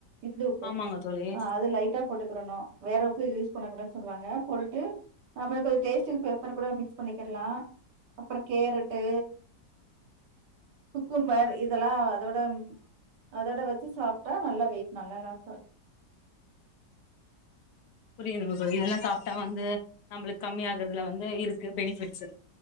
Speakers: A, on the right; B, on the left.
A: இந்து உப்பு
B: ஆமாங்க தோழி
A: அது லைட்டா போட்டுக்கிறணு வேற உப்பு யூஸ் பண்ண கூடதுனு சொல்லுவாங்க போட்டுட்டு நம்மளுக்கு அது டேஸ்டுகு பெப்பர் கூட மிக்ஸ் பண்ணிக்கிடலா அப்புறோ கேரட்டு குக்கும்மர் இதெல்லா அதோட ம் அதோட வச்சு சாப்பிட்டா நல்ல வெயிட் நல்லா லாஸ் ஆகு
B: புரியுதுங்க தோழி இதெல்லா சாப்பிட்டா வந்து நம்மளுக்கு கம்மி ஆகறதுல வந்து இருக்கு பெனிபிட்ஸு